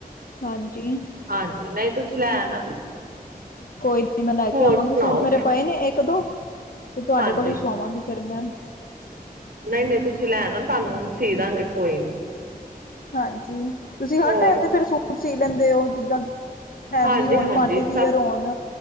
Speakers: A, on the left (about 65°); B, on the right (about 75°).
A: ਹਾਂਜੀ
B: ਹਾਂਜੀ ਨਹੀਂ ਤੁਸੀਂ ਲੈ ਆਣਾ।
A: ਕੋਈ ਨੀ ਮੈਂ ਲੈ
B: ਹੋਰ
A: ਕੇ ਆਵਾਂਗੀ।
B: ਸੁਣਾਓ
A: ਸੂਟ ਮੇਰੇ ਪਏ ਨੇ ਇੱਕ, ਦੋ ਤੇ ਤੁਹਾਡੇ
B: ਹਾਂਜੀ
A: ਕੋਲ ਹੀ ਸੁਵਾਵਾਂਗੀ ਫ਼ਿਰ ਮੈਂ
B: ਨਹੀਂ-ਨਹੀਂ ਤੁਸੀਂ ਲੈ ਆਣਾ ਤੁਹਾਨੂੰ ਸੀ ਦਾਂਗੇ ਕੋਈ ਨੀ।
A: ਹਾਂਜੀ। ਤੁਸੀਂ ਹਰ
B: ਹੋਰ
A: ਟਾਈਪ ਦੇ ਫਿਰ ਸੂਟ ਸੀ ਲੈਂਦੇ ਓ ਜਿੱਦਾਂ ਹੈਵੀ
B: ਹਾਂਜੀ
A: ਹੋਣ
B: ਹਾਂਜੀ
A: ਪਾਰਟੀ
B: ਸਭ
A: ਵੀਅਰ ਹੋਣ